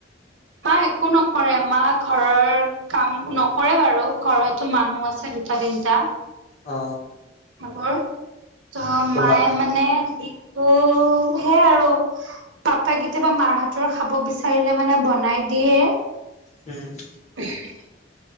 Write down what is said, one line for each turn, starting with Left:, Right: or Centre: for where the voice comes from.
Right: মা একো নকৰে। মা ঘৰৰ কাম নকৰে বাৰু। ঘৰটো মানুহ আছে দুটা, তিনটা।
Left: অ।
Right: ভাগৰ ত
Left: তোমাক
Right: মায়ে মানে বিষটো সে আৰু পাপাই কেতিয়াবা মাৰ হাতৰ খাব বিচাৰিলে মানে বনাই দিয়ে।
Left: উম।
Right: <unintelligible>